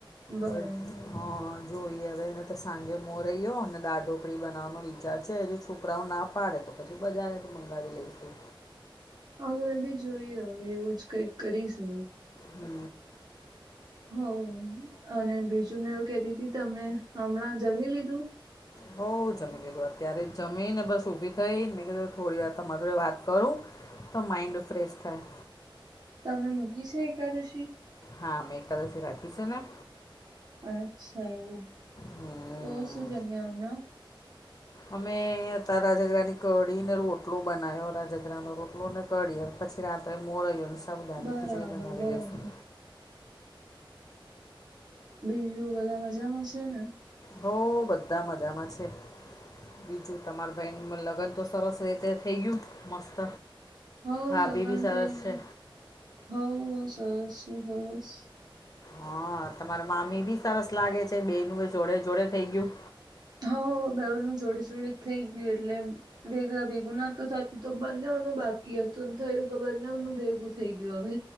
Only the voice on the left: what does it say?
હ હા. જોઈ હવેને તો સાંજે મોરહી્યો અને દાળ ઢોકળી બનાવવાનો વિચાર છે. હજુ છોકરાઓ ના પાડે. તો પછી બધાનેથી મંગાવી લઈશું.
બઉ
હોઉ જમી લીધું. અત્યારે જમીને બસ ઊભી થઈને મેં કીધું થોડી વાર તમારે જોડે વાત કરું. તો માઇન્ડ ફ્રેશ થાય.
હા, મેં એકાદશી રાખી છે ને.
હમ
અમે હતા રાજઘરાની કઢી ને રોટલો બનાવ્યો. રાજઘરાનો રોટલો અને કઢી પછી રાત્રએ મોરયો અને સાબુધાની
ખીચડી બનાવી
લેશું.
હો, બધા મજામાં છે. બીજું તમારી બહેન લગ્ન તો સરસ રીતે થઈ ગયું મસ્ત.
ભાભી
બી સરસ
છે
હા, તમારા મામી ભી સરસ લાગે છે બેવનું એ જોડે જોડે થઈ ગયું.